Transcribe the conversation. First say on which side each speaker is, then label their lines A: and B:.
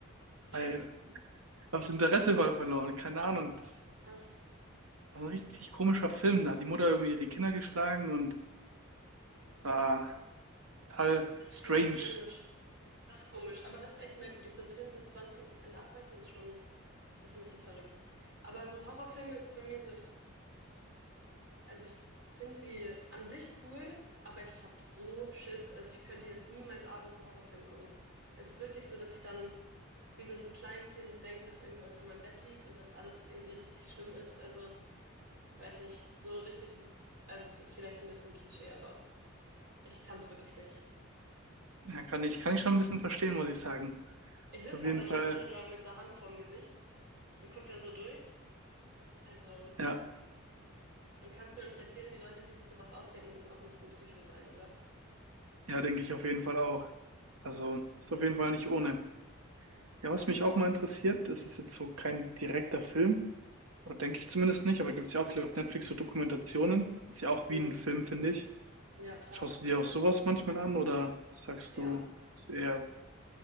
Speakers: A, on the right; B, on the right.
A: Echt?
B: weil ich habe das Interesse voll verloren. Keine Ahnung. das
A: Was?
B: war ein richtig komischer Film. Da hat die Mutter irgendwie ihre Kinder geschlagen und war total
A: Das
B: strange.
A: klingt auch komisch. Das ist komisch. Aber das ist echt merkwürdig. So einen Film so 20 Minuten vor Ende abbrechen ist schon, ist ein bisschen verrückt. Aber so Horrorfilme ist bei mir so, ich Also ich finde sie an sich cool, aber ich habe so Schiss. Also ich könnte jetzt niemals abends einen Horrorfilm gucken. Es ist wirklich so, dass ich dann wie so ein Kleinkind denke, dass irgendwie unter meinem Bett liegt und dass alles irgendwie richtig schlimm ist. Also ich weiß nicht, so richtig dieses, also es ist vielleicht so ein bisschen Klischee, aber ich kann es wirklich nicht.
B: Ja, kann ich,
A: Es-
B: kann ich schon ein bisschen verstehen, muss ich sagen.
A: Ich sitze
B: Auf jeden
A: halt dann
B: Fall,
A: noch so da mit der Hand vorm Gesicht und gucke da so durch. Also
B: ja,
A: und kann es mir auch nicht erzählen, die Leute, die sich sowas ausdenken, müssen auch ein bisschen Psycho sein, oder?
B: ja, denke ich auf jeden Fall auch. Also ist
A: Ja.
B: auf jeden Fall nicht ohne. Ja,
A: Ja,
B: was mich auch mal interessiert, das ist jetzt so kein direkter Film, oder denke ich zumindest nicht, aber gibt es ja auch viele auf Netflix so Dokumentationen. Ist ja auch
A: Mm.
B: wie ein Film, finde ich.
A: Ja, klar.
B: Schaust du dir auch sowas manchmal an oder sagst
A: Ja.
B: du ist eher,